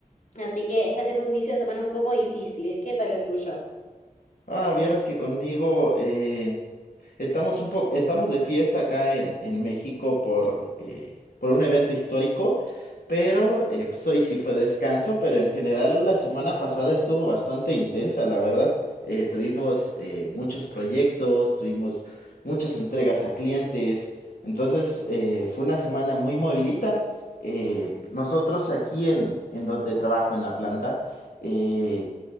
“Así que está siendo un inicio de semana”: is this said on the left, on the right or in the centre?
Left